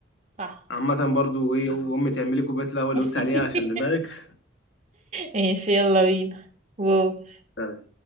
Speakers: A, on the right; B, on the left.
A: صح
B: عامه برضو ايه امي تعملي كوبايه القهوه
A: <laughs>
B: اللي قلت عليها عشان دماغك
A: ماشي يلا بينا باي
B: سلام